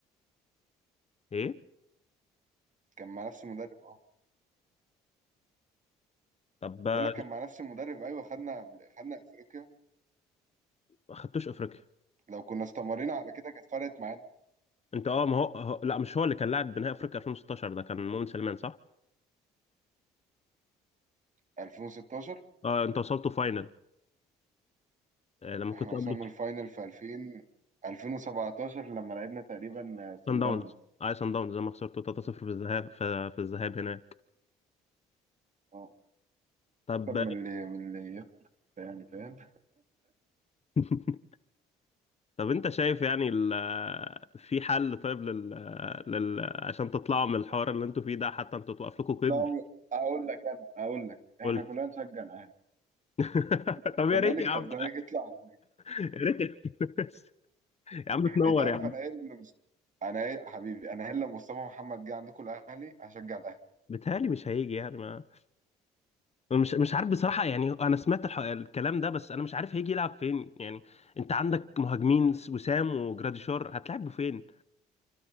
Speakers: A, on the left (about 30°); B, on the right (about 40°).
A: ايه
B: كان مع نفس المدرب اه
A: طب آه،
B: بقول لك كان مع نفس المدرب ايوه خدنا خدنا افريقيا
A: ما خدتوش افريقيا
B: لو كنا استمرينا على كده كانت فرقت معانا
A: انت اه ما هو هو- لا مش هو اللي كان لاعب بنهائي افريقيا 2016 ده كان مؤمن سليمان صح؟
B: 2016
A: اه انت وصلتوا فاينل آه، لما
B: احنا
A: كنت قبل
B: وصلنا الفاينل في 2000 2017 لما لعبنا تقريبا
A: سان
B: سان
A: داونز
B: داونز
A: اه سان داونز لما خسرتوا 3-0 في الذهاب في في الذهاب هناك
B: اه
A: طب
B: احسن من اللي من اللي يخسر يعني فاهم
A: <laughs> طب انت شايف يعني ال في حل طيب لل, لل عشان تطلعوا من الحوار اللي انتوا فيه ده حتى انتوا توقف لكم قيد
B: لا اقول لك انا اقول لك احنا
A: قلت
B: كلنا نشجع الاهلي
A: <laughs>
B: هنكسب الزمالك
A: طب يا ريت يا عم
B: فالزمالك يطلع على الأهلي.
A: يا ريت يا عم <laughs> يا عم تنور
B: انت عارف
A: يا عم
B: انا ايه اللي مس... انا ايه حبيبي انا ايه لو مصطفى محمد جه عندكم الاهلي هشجع الاهلي
A: بيتهيألي مش هيجي يعني ما أنا مش مش عارف بصراحة يعني انا سمعت الح... الكلام ده بس انا مش عارف هيجي يلعب فين يعني انت عندك مهاجمين وسام وجراديشار هتلعبوا فين